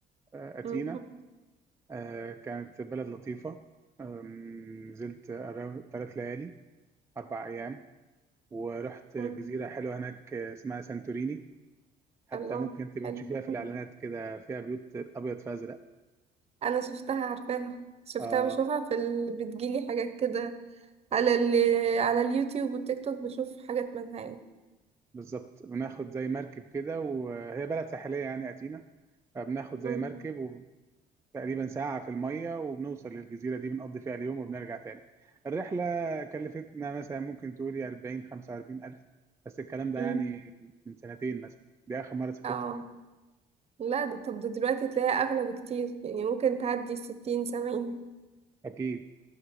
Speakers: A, on the right; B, on the right.
A: آه، اثينا
B: <laughs> مم.
A: آه، كانت بلد لطيفة آم، نزلت ثلاث ليالي اربع ايام ورحت جزيرة
B: مم.
A: حلوة هناك آه، اسمها سانتوريني حتى
B: الله
A: ممكن تبقى
B: حلو
A: تشوفيها
B: <laughs>
A: في
B: مم.
A: الاعلانات كده فيها بيوت ابيض في ازرق
B: انا شفتها عارفاها شفتها
A: اه
B: بشوفها في ال... بتجيلي حاجات كده على ال... على اليوتيوب والتيك توك بشوف حاجات منها يعني
A: بالظبط بناخد زي مركب كده وهي بلد ساحلية يعني اثينا فبناخد زي
B: مم.
A: مركب وتقريبا ساعة في المية وبنوصل للجزيرة دي بنقضي فيها اليوم وبنرجع تاني الرحلة كلفتنا مثلا ممكن تقولي 40 45 ألف بس الكلام ده
B: مم.
A: يعني من سنتين مثلا دي آخر مرة سافرت
B: اه
A: فيها
B: لا ده طب ده دلوقتي تلاقيها اغلى بكتير يعني ممكن تعدي ستين سبعين
A: أكيد